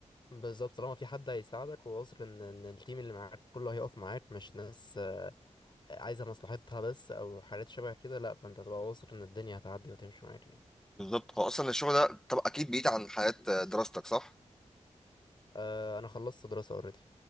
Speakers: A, on the left; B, in the centre.
A: بالظبط طالما في حد هيساعدك وواثق ان ان التيم اللي معاك كله هيقف معاك مش ناس عايزة مصلحتها بس أو حاجات شبه كده لأ فأنت هتبقى واثق إن الدنيا هتعدي وتمشي معاك يعني
B: بالظبط هو اصلا الشغل ده طب اكيد بعيد عن حياه دراستك صح
A: أه أنا خلصت دراسة أوريدي